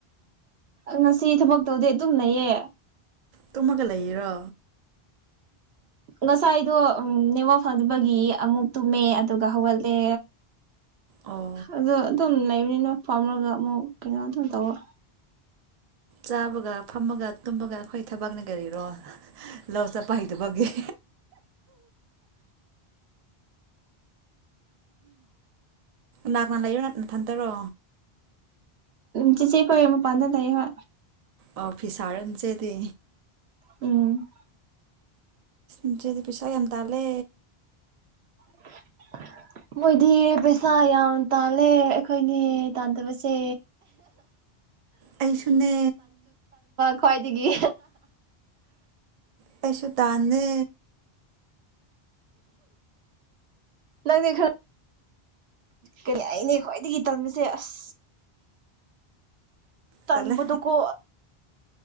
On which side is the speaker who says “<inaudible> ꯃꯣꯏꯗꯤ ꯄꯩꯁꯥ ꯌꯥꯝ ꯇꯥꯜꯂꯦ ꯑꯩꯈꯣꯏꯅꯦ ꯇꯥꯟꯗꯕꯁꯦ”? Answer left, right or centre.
Right